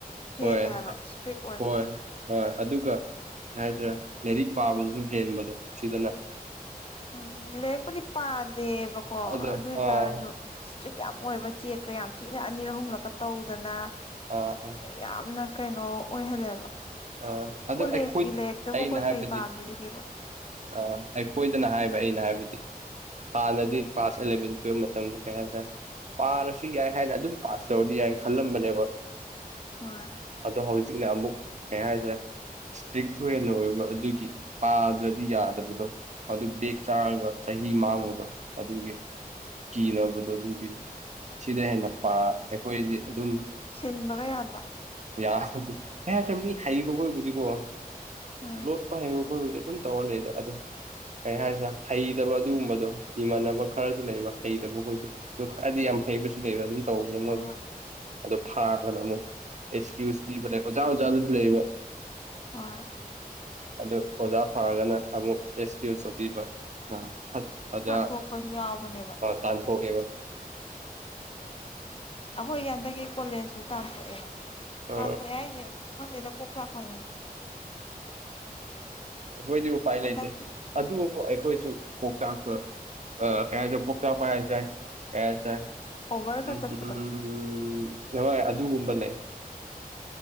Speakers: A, on the left; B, on the right.
A: ꯍꯦꯜꯂꯦ
B: ꯍꯣꯏꯣꯏ
A: ꯍꯥꯏꯕ ꯏꯁꯇ꯭ꯔꯤꯛ ꯑꯣꯏꯕ
B: ꯍꯣꯏ ꯍꯣꯏ ꯑꯗꯨꯒ ꯍꯥꯏꯇꯥꯔꯦ ꯂꯥꯏꯔꯤꯛ ꯄꯥꯕꯗꯨꯁꯨ ꯍꯦꯟꯕꯗꯣ ꯁꯤꯗꯅ
A: ꯖꯤ ꯂꯔꯛꯄꯨꯗꯤ ꯄꯥꯗꯦꯕꯀꯣ
B: ꯑꯗꯣ
A: ꯑꯗꯨ ꯑꯣꯏꯇꯥꯔꯁꯨ
B: ꯑꯥ
A: ꯏꯁꯇ꯭ꯔꯤꯛ ꯌꯥꯝ ꯑꯣꯏꯕ ꯆꯦꯛꯀ ꯌꯥꯝ ꯊꯤꯅ ꯑꯅꯤꯔ ꯑꯍꯨꯝꯂꯛꯀ ꯇꯧꯗꯅ
B: ꯑꯥ ꯑꯥ
A: ꯌꯥꯝꯅ ꯀꯩꯅꯣ ꯑꯣꯏꯍꯜꯂꯦꯕ
B: ꯑꯥ ꯑꯗꯣ
A: ꯀꯣꯂꯦꯖꯀꯤ
B: ꯑꯩꯈꯣꯏ
A: ꯂꯥꯏꯔꯤꯛꯇꯕꯨ
B: ꯑꯩꯅ
A: ꯑꯩꯈꯣꯏ
B: ꯍꯥꯏꯕꯗꯤ
A: ꯀꯩ ꯄꯥꯗꯣꯔꯤꯒꯦꯕ
B: ꯑꯥ ꯑꯩꯈꯣꯏꯗꯅ ꯍꯥꯏꯕ ꯑꯩꯅ ꯍꯥꯏꯕꯗꯤ ꯍꯥꯟꯅꯗꯤ
A: ꯎꯝ
B: ꯀ꯭ꯂꯥꯁ ꯑꯦꯂꯚꯦꯟ ꯑꯗꯨ ꯃꯇꯝꯗ ꯀꯩ ꯍꯥꯏꯇꯥꯔꯦ ꯄꯥꯔꯁꯨ ꯌꯥꯏ ꯍꯥꯏꯅ ꯑꯗꯨꯝ ꯄꯥꯁ ꯇꯧꯔꯗꯤ ꯌꯥꯏꯅ ꯈꯜꯂꯝꯕꯅꯦꯕ
A: ꯍꯣꯏ
B: ꯑꯗꯣ ꯍꯧꯖꯤꯛꯅ ꯑꯃꯨꯛ ꯀꯩ ꯍꯥꯏꯁꯔꯦ ꯏꯁꯇ꯭ꯔꯤꯛꯁꯨ ꯍꯦꯟꯅ ꯑꯣꯏꯕ ꯑꯗꯨꯒꯤ ꯄꯥꯗ꯭ꯔꯗꯤ ꯌꯥꯗꯕꯗꯣ ꯑꯗꯨ ꯕꯦꯦꯛ ꯆꯥꯔꯒ ꯆꯍꯤ ꯃꯥꯡꯕꯗꯣ ꯑꯗꯨꯒꯤ ꯀꯤꯅꯕꯗꯣ ꯑꯗꯨꯒꯤ ꯁꯤꯗ ꯍꯦꯟꯅ ꯄ ꯑꯩꯈꯣꯏꯗꯤ ꯑꯗꯨꯝ
A: ꯁꯤꯟꯕꯒ ꯌꯥꯗ꯭ꯔꯣ
B: ꯌꯥꯔꯦ ꯀꯩ ꯍꯥꯏꯇ꯭ꯔꯦ ꯃꯤ ꯍꯩꯕꯈꯣꯏꯕꯨꯗꯤꯀꯣ
A: ꯎꯝ
B: ꯂꯣꯠꯄ ꯍꯩꯕ ꯑꯩꯣꯏꯕꯨꯗꯤ ꯑꯗꯨꯝ ꯇꯧꯍꯂꯗ ꯑꯗꯨ ꯀꯩ ꯍꯥꯏꯁꯦ ꯍꯩꯇꯕ ꯑꯗꯨꯒꯨꯝꯕꯗꯣ ꯏꯃꯥꯟꯅꯕ ꯈꯔꯁꯨ ꯂꯩꯕ ꯍꯩꯇꯕ ꯍꯣꯏꯗꯣ ꯑꯗꯨ ꯈꯔꯗꯤ ꯌꯥꯝ ꯍꯩꯕꯁꯨ ꯂꯩꯕ ꯑꯗꯨꯝ ꯇꯧꯕꯅꯦ
A: ꯍꯣꯏ
B: ꯃꯣꯏ
A: ꯍꯣꯏ
B: ꯑꯗꯣ ꯐꯥꯗꯅ ꯑꯃꯨꯛ ꯑꯦꯛꯁꯀ꯭ꯌꯨ ꯄꯤꯕ ꯂꯩ ꯁꯨ ꯂꯩꯕ
A: ꯍꯣꯏ
B: ꯑꯗꯨ ꯑꯣꯖꯥ ꯐꯥꯔꯒꯅ ꯑꯃꯨꯛ ꯑꯦꯛꯁꯀ꯭ꯌꯨꯁ ꯇꯧꯕꯤꯕ ꯑꯥ ꯐꯠ ꯐꯖ
A: ꯇꯥꯟꯊꯣꯛꯄꯁꯨ ꯌꯥꯎꯕꯅꯦꯕ
B: ꯇꯥꯟꯊꯣꯛꯑꯦꯕ
A: ꯑꯩꯈꯣꯏꯒꯤ ꯍꯟꯇꯛ ꯀꯣꯂꯦꯖꯁꯨꯨ ꯇꯥꯟꯊꯣꯛꯑꯦꯕ
B: ꯑ
A: ꯇꯥꯊ ꯑꯦꯏꯦꯖꯦ ꯀ ꯆꯥꯀꯣꯏ
B: ꯑꯩꯈꯣꯏꯗꯤ ꯎꯄꯥꯏ
A: ꯍꯟꯗꯛꯀꯤ
B: ꯂꯩꯇꯦ ꯑꯗꯨꯕꯨ ꯑꯩꯈꯣꯏꯁꯨ ꯀꯣꯛꯆꯥꯛꯄ ꯑ ꯀꯌꯥ ꯀꯣꯛꯆꯥꯛꯄ ꯍꯥꯏ ꯁꯥꯏ ꯀꯌꯥ ꯍꯥꯏ ꯁꯥꯏ
A: ꯑꯣꯚꯔ ꯈꯔ
B: ꯎꯝꯝꯝ
A: ꯆꯠꯄꯗꯣ
B: ꯅꯣꯏ ꯑꯗꯨꯒꯨꯝꯕ ꯂꯩ